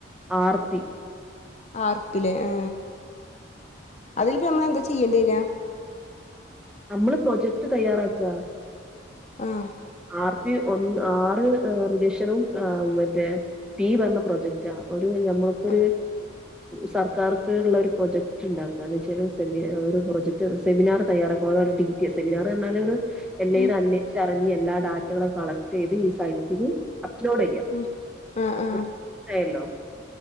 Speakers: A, in the centre; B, on the left.
A: ആർത്തി
B: ആർത്തിലെ ഏ അതിന്പ്പം നമ്മള എന്താ ചെയ്യേണ്ടി വരാ?
A: അമ്മള് പ്രൊജക്ട് തയ്യാറാക്കാ
B: ആഹ്
A: ആർപി ഒന്ന് ആറ് റിജക്ഷനും മറ്റേ പി വന്ന പ്രോജക്റ്റാ നമ്മക്കൊര്
B: ആ
A: സർക്കാർക്ക്ള്ള ഒരു പ്രൊജക്ട് ഇണ്ടാക്കാന്ന് വെച്ചാല് സെമി ഒരു പ്രൊജക്ട് സെമിനാർ തയ്യാറാക്ക ഓ ഡി സെമിനാറർഞ്ഞാലൊരു എല്ലേതും
B: ഉം
A: അന്നേഷ്ക്ച്ച് അ ഞ്ഞ് എല്ലാ ഡാറ്റകളും കളക്ട്യ്ത് ഈ സൈ ഇത് അപ്ലോഡെയ്യാം
B: ഉം ആ
A: അപ്പൊ
B: ആ
A: ഒരു പ്രോജക്ട്യല്ലോ